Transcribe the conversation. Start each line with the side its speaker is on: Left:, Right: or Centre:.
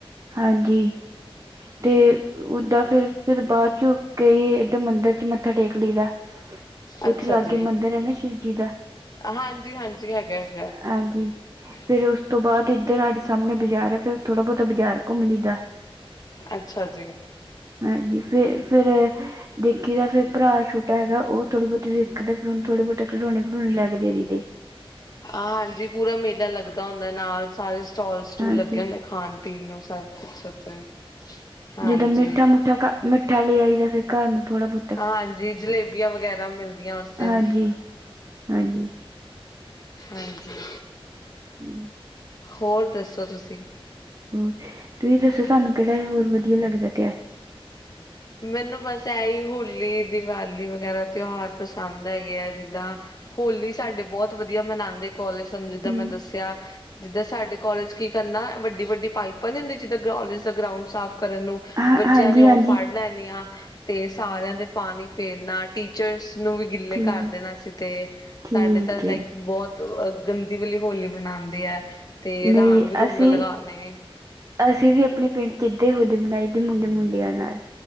Right: ਹਾਂਜੀ, ਤੇ ਓਦਾਂ ਫਿਰ, ਫਿਰ ਬਾਅਦ ਚੋਂ ਕਈ ਏਧਰ ਮੰਦਿਰ ਚ ਮੱਥਾ ਟੇਕ ਲਈਦਾ।
Left: ਅੱਛਾ
Right: ਉੱਥੇ ਲਾਗੇ
Left: ਜੀ,
Right: ਮੰਦਿਰ ਹੈ ਨਾ ਸ਼ਿਵ ਜੀ ਦਾ
Left: ਹਾਂਜੀ- ਹਾਂਜੀ ਹੈਗਾ- ਹੈਗਾ
Right: ਹਾਂਜੀ
Left: <inaudible>
Right: ਫਿਰ ਉਸ ਤੋਂ ਬਾਅਦ ਇੱਧਰ ਸਾਡੇ ਸਾਹਮਣੇ ਬਾਜ਼ਾਰ ਹੈ, ਫੇਰ ਥੋੜਾ ਬਹੁਤਾ ਬਾਜ਼ਾਰ ਘੁੰਮ ਲਈਦਾ।
Left: ਅੱਛਾ ਜੀ!
Right: ਹਾਂਜੀ ਫੇਰ, ਫਿਰ ਦੇਖੀਦਾ ਫਿਰ ਭਰਾ ਛੋਟਾ ਹੈਗਾ, ਉਹ ਥੋੜੀ ਬਹੁਤੀ ਦੇਖਦਾ, ਫਿਰ ਉਹਨੂੰ ਥੋੜੇ ਬਹੁਤੇ ਖਡੋਣੇ ਖਡੋਣੇ ਲੈ ਕੇ ਦੇ ਦੇਈ ਦੇ।
Left: ਹਾਂ ਹਾਂਜੀ ਪੂਰਾ ਮੇਲਾ ਲੱਗਦਾ ਹੁੰਦਾ, ਨਾਲ ਸਾਰੇ ਸਟਾਲ- ਸਟੂਲ
Right: ਹਾਂਜੀ
Left: ਲੱਗੇ ਹੁੰਦੇ, ਖਾਣ ਪੀਣ ਨੂੰ ਸਭ ਕੁਛ ਉੱਥੇ। ਹਾਂਜੀ।
Right: ਜਦੋਂ ਮਿੱਠਾ -ਮੁੱਠਾ ਮਿੱਠਾ ਲੈ ਆਈ ਦਾ ਫਿਰ ਘਰ ਨੂੰ ਥੋੜਾ ਬਹੁਤ।
Left: ਹਾਂਜੀ, ਜਲੇਬੀਆਂ ਵਗੈਰਾ ਮਿਲਦੀਆਂ ਉਸ ਦਿਨ,
Right: ਹਾਂਜੀ ਹਾਂਜੀ।
Left: ਹਾਂਜੀ।
Right: ਹੂ
Left: ਹੋਰ ਦੱਸੋ ਤੁਸੀਂ
Right: ਹੋਰ ਤੁਸੀਂ ਦੱਸੋ ਸਾਨੂੰ ਕਿਹੜਾ ਹੋਰ ਵਧੀਆ ਲੱਗਦਾ ਪਿਆ
Left: ਮੈਨੂੰ ਬਸ ਇਹੀ ਹੋਲੀ ਦੀਵਾਲੀ ਵਗੈਰਾ ਤਿਉਹਾਰ ਪਸੰਦ ਹੈਗੇ ਆ ਜਿੱਦਾਂ ਹੋਲੀ ਸਾਡੇ ਬਹੁਤ ਵਧੀਆ ਮਨਾਉਂਦੇ ਕੋਲਜ ਸਮਝ ਸਾਨੂੰ ਜਿੱਦਾਂ
Right: ਹਮ
Left: ਮੈਂ ਦੱਸਿਆ ਜਿੱਦਾਂ ਸਾਡੇ ਕਾਲਜ ਕੀ ਕਰਨਾ ਵੱਡੀ-ਵੱਡੀ ਪਾਈਪਾਂ ਨੀ ਹੁੰਦੀ ਜਿੱਦਾਂ ਕਾਲਜ ਦਾ ਗਰਾਊਂਡ ਸਾਫ਼ ਕਰਨ ਨੂੰ
Right: ਹਾਂ
Left: ਬੱਚਿਆਂ
Right: ਹਾਂਜੀ
Left: ਨੇ ਉਹ
Right: ਹਾਂਜੀ
Left: ਫੜ ਲੈਣੇ ਆ ਤੇ ਸਾਰਿਆਂ ਦੇ ਪਾਣੀ ਫੇਰਨਾ ਟੀਚਰਸ ਨੂੰ ਵੀ ਗਿੱਲੇ
Right: ਠੀਕ
Left: ਕਰ ਦੇਣਾ ਸੀ ਤੇ
Right: ਠੀਕ
Left: ਸਾਡੇ ਤਾਂ
Right: ਹੈ
Left: ਲਾਇਕ ਬਹੁਤ ਗੰਦੀ ਵਾਲੀ ਹੋਲੀ ਮਨਾਉਂਦੇ ਹੈ। ਤੇ
Right: ਨਹੀਂ
Left: ਰੰਗ ਰੂੰਗ
Right: ਅਸੀਂ
Left: ਲਗਾਣੇ
Right: ਅਸੀਂ ਵੀ ਆਪਣੇ ਪਿੰਡ ਇਦਾਂ ਹੌਲੀ ਮਣਾਈ ਦੀ ਮੁੰਡੇ ਮੁੰਡਿਆਂ ਨਾਲ